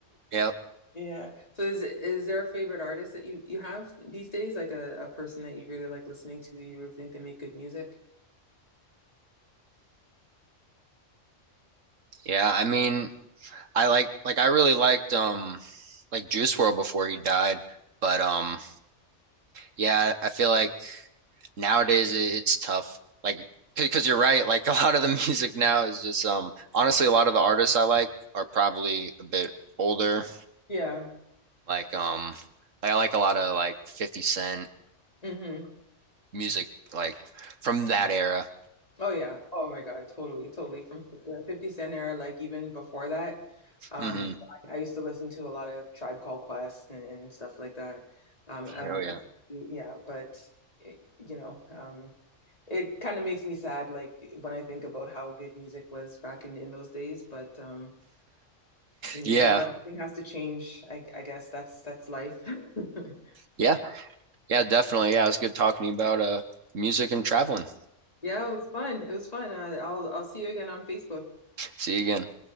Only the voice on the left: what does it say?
Yeah. So is is there a favorite artist that you you have these days, like a, a person that you really like listening to, you really think they make good music?
Yeah.
hmm
Oh yeah. Oh my God. Totally, totally. From the 50 Cent era, like even before that, um,
I, I used to listen to a lot of Tribe Called Quest and, and stuff like that. Um, um,
yeah, but eh, you know, um, it kind of makes me sad, like when I think about how good music was back in in those days. But um, you
know, everything has to change. I, I guess that's that's life. <laughs>
Yeah, it was fun. It was fun. Uh, I'll I'll see you again on Facebook.